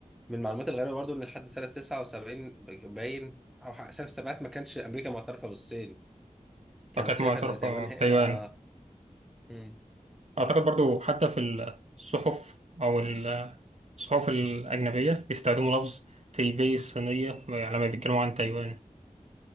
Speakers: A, in the centre; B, on the right (about 55°).
A: من المعلومات الغريبه برضو ان لحد سنه 79 باين او حق- سنه السبعينات ما كانش امريكا معترفه بالصين كانت
B: وكانت
A: شايفه
B: معترفة
A: ان تايوان
B: بتايوان
A: هي اه مم.
B: أعتقد برضه حتى في الصحف أو ال- الصحف الأجنبية بيستخدموا لفظ تايبي الصينية يعني لما بيتكلموا عن تايوان